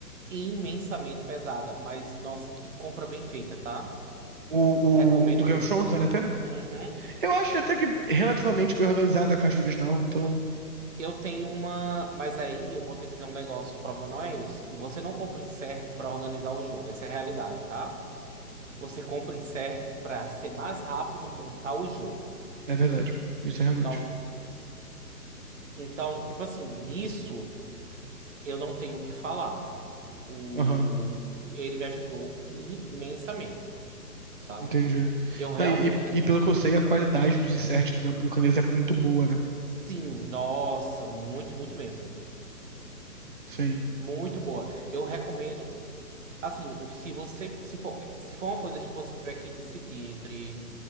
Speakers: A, on the right; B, on the right.
A: Imensamente pesada, mas nossa, que compra bem feita, tá?
B: O,
A: Recomendo
B: o do Game
A: muito.
B: of Thrones vale a pena?
A: Uhum.
B: Eu acho até que relativamente bem organizada a caixa original, então
A: Eu tenho uma, mas aí eu vou te dizer um negócio, o problema não é isso. E você não compra insert para organizar o jogo, essa é a realidade, tá? Você compra insert para ser mais rápido montar o jogo.
B: é verdade. Isso é realmente.
A: Então, então, tipo assim, nisso eu não tenho o que falar. O
B: Aham,
A: ele me ajudou imensamente, sabe?
B: entendi.
A: Eu realmente
B: Não, e, e- e pelo que eu sei, a qualidade dos inserts do, do Candeias é muito boa, né?
A: Sim, nossa, muito, muito mesmo.
B: Sim.
A: Muito boa. Eu recomendo, assim, o- se você, se for, eh, se for uma coisa que você tiver que decidir entre